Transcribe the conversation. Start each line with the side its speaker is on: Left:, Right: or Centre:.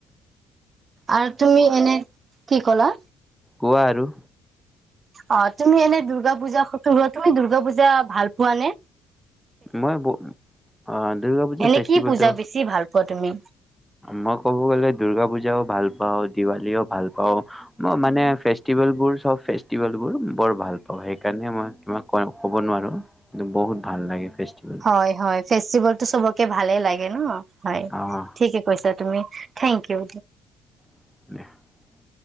Right: আৰু তুমি এনে কি ক'লা?
Centre: কোৱা আৰু
Right: অঁ, তুমি এনে দূৰ্গা পূজা <unintelligible> তুমি দূৰ্গা পূজা, ভাল পোৱানে?
Centre: মই বো, অ, দূৰ্গা পূজা
Right: এনে
Centre: ফেষ্টিভেলটো।
Right: কি পূজা বেছি ভাল পোৱা তুমি?
Centre: মই ক'ব গ'লে দূৰ্গা পূজাও ভাল পাওঁ, দীৱালীও ভাল পাওঁ, মই মানে ফেষ্টিভেলবোৰ চব ফেষ্টিভেলবোৰ বৰ ভাল পাওঁ, সেইকাৰণে মই <unintelligible> ক'ব নোৱাৰোঁ, কিন্ত বহুত ভাল লাগে। ফেষ্টিভেলবোৰ,
Right: হয় হয় ফেষ্টিভেলটো চবকে ভালে লাগ গে ন। হয়,
Centre: অ'।
Right: ঠিকে কৈছা তুমি, থেংক ইউ।
Centre: <unintelligible>